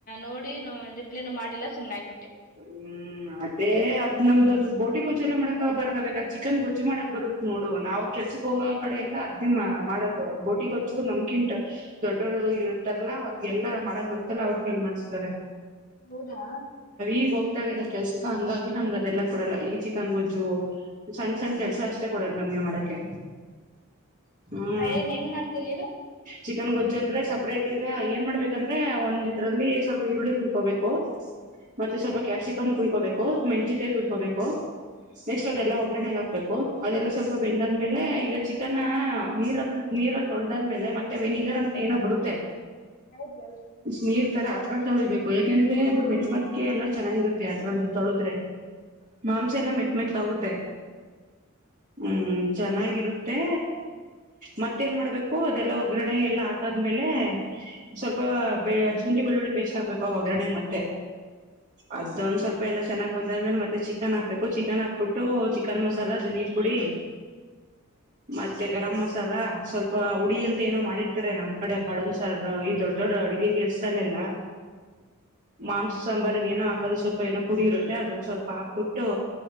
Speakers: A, on the left; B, on the right.
A: ನೋಡಿ ರಿಪ್ಲೇನು ಮಾಡಿಲ್ಲ ಸುಮನೆ ಆಗ್ಬಿಟ್ಟೆ
B: ಹ್ಮ್ ಅದೇ ಅದ್ ನಮ್ದು ಅದು ಬೋಟಿ ಗೊಜ್ಜು ಎಲ್ಲ ಮಾಡಕ ಬರ ಬೇಕಾರೆ ಚಿಕನ್ ಗೊಜ್ಜು ಮಾಡಕ್ ಬರುತ್ ನೋಡು ನಾವ್ ಕೆಲ್ಸಕ್ ಹೋಗ ಕಡೆ ಎಲ್ಲಾ ಅದ್ದಿ ಮಾಡೋದು ಬೋಟಿ ಗೊಜ್ಜು ನಮ್ಕಿಂತ ದೊಡ್ಡರು ಇರ್ತಾರಲ್ಲಾ ಅವ್ರಗೆಲ್ಲಾ ಮಾಡಕ್ ಬರುತ್ತಲ್ಲ ಅವ್ರ ಕೈಲ್ ಮಾಡ್ಸ್ತಾರೆ.
A: ಹೌದಾ
B: ಗ್ ಹೋಗ್ತಾವಲ್ಲ ಕೆಲ್ಸಕ ಹಂಗಾಗಿ ನಮ್ಗೆ ಅದೆಲ್ಲ ಕೊಡಲ್ಲ ಈ ಚಿಕನ್ ಗೊಜ್ಜು ಸಣ್ಣ ಸಣ್ಣ್ ಕೆಲ್ಸ ಅಷ್ಟೇ ಕೊಡದ್ ನಮ್ಗೆ ಮಾಡಕ್ಕೆ ಹ್ಮ
A: ಏನ್ ಹೆಂಗ್ ಮಾಡ್ತೀರಿ ಹೇಳು
B: ಚಿಕನ್ ಗೊಜ್ಜು ಅಂದ್ರೆ ಸಪ್ರೇಟ್ ಈಗ ಎ ನ್ ಮಾಡ್ಬೇಕಂದ್ರೆ ಒಂದ್ ಇದ್ರಲ್ಲಿ ಸ್ವಲ್ಪ ಈರುಳ್ಳಿ ಕುಯ್ಕೋಬೇಕು ಮತ್ತೆ ಸ್ವಲ್ಪ ಕ್ಯಾಪ್ಸಿಕಮ್ ಕುಯ್ಕೋಬೇಕು ಮೆಣ್ಸಿನ್ಕಾಯ್ ಕುಯ್ಕೋಬೇಕು ನೆಕ್ಸ್ಟ್ ಅದೆಲ್ಲ ಒಗ್ಗರಣೆ ಹಾಕ್ಬೇಕು ಅದೆಲ್ಲ ಸ್ವಲ್ಪ ಬೆಂದಾದ್ಮೇಲೆ ಈಗ ಚಿಕನ್ ನೀರ ನೀರಲ್ಲಿ ತೊಳ್ದಾದ್ಮೇಲೆ ಮತ್ತೆ ವೆನಗರ್ ಅಂತ ಏನೋ ಬರುತ್ತೆ
A: ಹೌದಲ್ರಿ
B: ನೀರ್ ತರ ಅದ್ರಲ್ ತೊಳಿಬೇಕು. ಹ ಯಾಕಂದ್ರೆ ಅದು ಮೆಟ್ಟ್ ಮೆತ್ ಕೆ ಎಲ್ಲ ಚೆನ್ನಾಗಿರುತ್ತೆ ಅದ್ರಲ್ಲಿ ತೊಳುದ್ರೆ ಮಾಂಸ ಎಲ್ಲ ಮೆಟ್ ಮೆಟ್ ಆಗುತ್ತೆ ಹ್ಮ್ ಚೆನ್ನಾಗಿರುತ್ತೆ ಮತ್ತೇನ್ ಮಾಡ್ಬೇಕು ಅದೆಲ್ಲ ಒಗ್ಗರಣೆ ಎಲ್ಲಾ ಹಾಕಾದ್ಮೇಲೆ ಸ್ವಲ್ಪ ಶುಂಠಿ ಬೆಳ್ಳುಳ್ಳಿ ಪೇಸ್ಟ್ ಹಾಕ್ಬೇಕು ಒಗ್ಗರಣೆಗ್ ಮತ್ತೆ ಅದ ಒಂದ್ ಸ್ವಲ್ಪ ಎಲ್ಲ ಚೆನ್ನಾಗ್ ಬಂದಾದ್ಮೇಲೆ ಮತ್ತೆ ಚಿಕನ್ ಹಾಕ್ಬೇಕು ಚಿಕನ್ ಹಾಕ್ಬಿಟ್ಟು ಚಿಕನ್ ಮಸಾಲ ದಧನಿ ಪುಡಿ ಮತ್ತೆ ಗರಮಸ ಲ್ಲ ಸ್ವಲ್ಪ ಉಡಿ ಅಂತ ಏನೋ ಮಾಡಿ ನಮ್ ಕಡೆ ಬಡಂದ್ ಸರ್ ಈ ದೊಡ್ಡ ದೊಡ್ಡ ಅಡುಗೆ ಕೆಲ್ಸಲ್ಲೆಲ್ಲಾ ಮಾಂಸ ಸಾಂಬಾರಿಗೆ ಏನೋಾಕೋದು ಸ್ವಲ್ಪ ಏನೋ ಪಡಿರುತ್ತೆ ಅದೊಂದು ಸ್ವಲ್ಪ ಹಾಕ್ಬಿಟ್ಟು